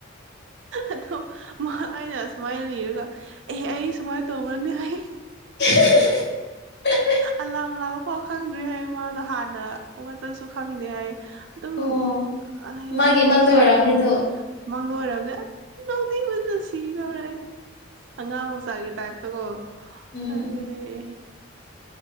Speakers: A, on the right; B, on the left.
A: ꯑꯗꯣ ꯃꯥ ꯑꯩꯅ ꯑꯁꯨꯃꯥꯏꯅ ꯂꯤꯔꯒ ꯑꯦ ꯑꯩ ꯁꯨꯃꯥꯏꯅ ꯇꯧꯕ꯭ꯔꯅꯦ ꯍꯥꯏ
B: <unintelligible>
A: ꯑꯂꯥꯝ ꯂꯥꯎꯕ ꯐꯥꯎ ꯈꯪꯗ꯭ꯔꯤ ꯍꯥꯏ ꯃꯥꯗꯣ ꯍꯥꯟꯅ ꯍꯧꯒꯠꯄꯁꯨ ꯈꯪꯗꯦ ꯍꯥꯏ ꯑꯗꯨꯝ
B: ꯑꯣ
A: <unintelligible>
B: ꯃꯥꯒꯤ ꯃꯪꯗ ꯑꯣꯏꯔꯝꯅꯤꯗꯣ
A: ꯃꯥꯗꯣ ꯎꯔꯒꯥ ꯅꯣꯛꯅꯤꯡꯕ ꯁꯤꯗꯧꯔꯦꯅꯦ ꯑꯉꯥꯡ ꯃꯆꯥꯒꯤ ꯇꯥꯏꯞꯇꯀꯣ
B: ꯎꯝ
A: ꯑꯩ